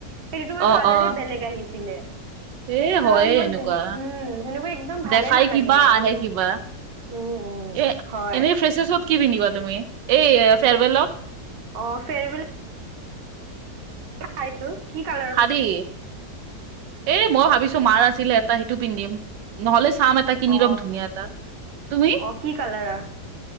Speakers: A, on the right (about 40°); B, on the right (about 80°).
A: সেইটো তোমাৰ
B: অ'
A: কালাৰে
B: অ'
A: বেলেগ আহিছিলে।
B: এ
A: একদম
B: হয়ে
A: মজ
B: এনেকুৱা
A: উম। সেনেকুৱা একদম ভালে
B: দেখাই
A: নালাগিলে
B: কিবা আহে
A: উম
B: কিবা
A: উম উম
B: এ
A: হয়।
B: এনেই ফ্ৰেচাৰ্ছত কি পিন্ধিবা তুমি এই ফেৰৱেল ল-।
A: অ', ফেৰ বিল। আইছো কি কালত।
B: খাদী এ মই ভাবিছো মাৰ আছিলে। সেইটো পিন্ধিম নহ'লে চাম এটা কিনি
A: অ
B: ৰম ধুনীয়া এটা তুমি।
A: অ কি কালাৰৰ